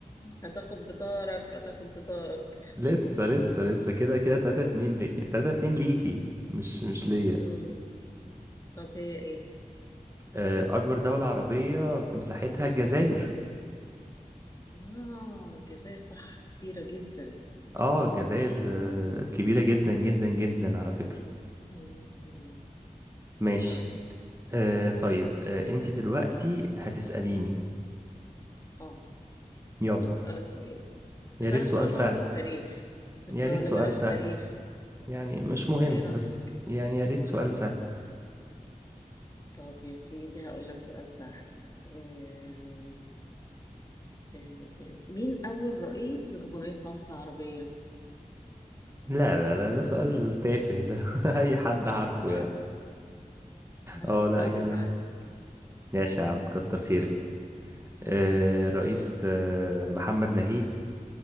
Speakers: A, on the left; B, on the right.
A: هتاخد بطارك هتاخد بطارك
B: لسه لسه لسه كده كده 3 2 لي 3 2 ليكي مش مش ليا
A: مم. طب هي ايه؟
B: آه، اكبر دولة عربية في مساحتها الجزائر
A: اه الجزائر صح كبيرة جدا
B: اه
A: مم.
B: الجزائر آه، كبيرة جدا جدا جدا على فكرة
A: مم. مم.
B: ماشي
A: طيب
B: آه، طيب آه، انت دلوقتي هتسأليني
A: اه
B: يلا
A: هسألك سؤال
B: يا
A: هسألك
B: ريت سؤال
A: سؤال
B: سهل
A: برضو في التاريخ بت-
B: يا
A: ولا
B: ريت سؤال
A: بلاش
B: سهل
A: تاريخ
B: يعني مش مهم
A: ايه رأيك
B: بس يعني يا ريت سؤال سهل
A: طب يا سيدي هقول لك سؤال سهل آم، آم، آم، مين أول رئيس لجمهورية مصر العربية
B: لا لا لا ده سؤال تافه ده <laughs>
A: أم
B: اي حد
A: شفت
B: عارفه
A: بقى
B: يعني
A: عشان
B: اه
A: تتعادل
B: لا جميل
A: معايا
B: ماشي يا عم كتر خيرك آه، الرئيس آه، محمد نجيب